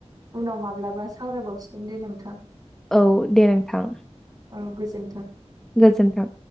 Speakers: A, on the right; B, in the centre.
A: उनाव माब्लाबा सावरायबावसिगोन दे नोंथां
B: औ दे नोंथां
A: ओं गोजोन्थों
B: गोजोनथों